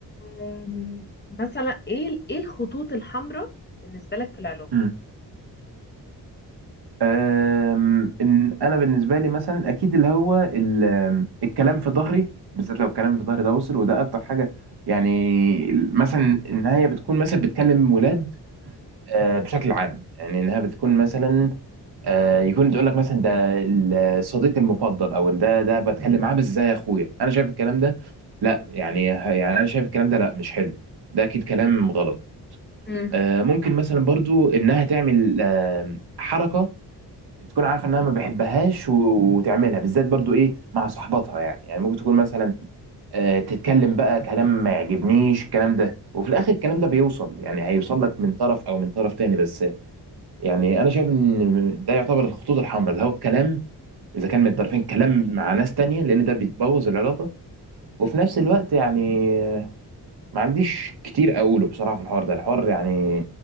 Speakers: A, on the left; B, on the right.
A: أم، مثلا ايه ايه الخطوط الحمراء بالنسبة لك في العلاقة
B: مم. أم، ان انا بالنسبه لي مثلا اكيد اللي هو ال- أم، الكلام في ظهري بالذات لو الكلام في ظهري ده وصل وده اكتر حاجه يعني مثلا ان هي بتكون مثلا بتكلم ولاد آه، بشكل عام يعني انها بتكون مثلا آه، يكون تقول لك مثلا ده الصديق المفضل او ده ده بتكلم معاه بس زي اخويا انا شايف الكلام ده لا يعني يعني انا شايف الكلام ده لا مش حلو ده اكيد كلام غلط
A: امم
B: آه، ممكن مثلا برضو انها تعمل آه، حركه بتكون عارفه انها ما بحبهاش و- وتعملها بالذات برضو ايه مع صحباتها يعني يعني ممكن تكون مثلا آه، تتكلم بقى كلام ما يعجبنيش الكلام ده وفي الاخر الكلام ده بيوصل يعني هيوصل لك من طرف او من طرف تاني بس يعني انا شايف ان ده يعتبر الخطوط الحمراء ده هو الكلام اذا كان من الطرفين كلام مع ناس تانية لان ده بيتبوظ العلاقه وفي نفس الوقت يعني آه، ما عنديش كتير اقوله بصراحه في الحوار ده الحوار يعني